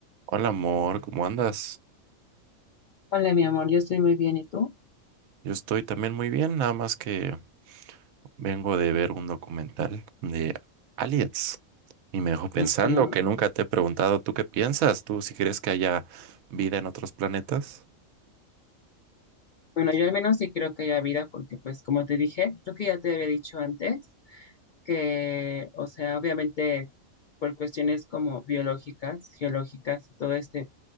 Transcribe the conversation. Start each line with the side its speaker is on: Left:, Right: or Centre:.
Right: Hola amor, ¿cómo andas?
Left: Hola, mi amor, yo estoy muy bien, ¿y tú?
Right: Yo estoy también muy bien, nada más que vengo de ver un documental de Aliens y me dejó pensando
Left: Ujú.
Right: que nunca te he preguntado, ¿tú qué piensas? ¿Tú si crees que haya vida en otros planetas?
Left: Bueno, yo al menos sí creo que hay vida, porque pues como te dije, creo que ya te había dicho antes, que, o sea, obviamente por cuestiones como biológicas, geológicas, todo este